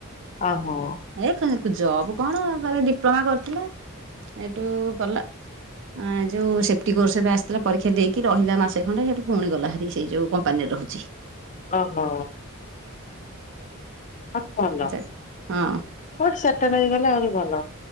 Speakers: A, on the left (about 35°); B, on the right (about 60°).
A: ଓ ହୋ।
B: ଏ ଜବ୍ କଣ ତାର ଡିପ୍ଲୋମା କରିଥିଲା ଏଇଠୁ ଗଲା। ଆ ଯୋଉ ସେଫ୍ଟି କୋର୍ସ ବି ଆସିଥିଲା ପରୀକ୍ଷା ଦେଇକି ରହିଲା ମାସେ ଖଣ୍ଡେ ସେଠୁ ପୁଣି ଗଲା ହରି ସେଇ ଯେଉଁ କମ୍ପାନୀରେ ରହୁଚି।
A: ଓ ହୋ। ଆଉ ଭଲ
B: କେତେ ହଁ
A: କ ସେଟଲ ହେଇଗଲେ ଆହୁରି ଭଲ।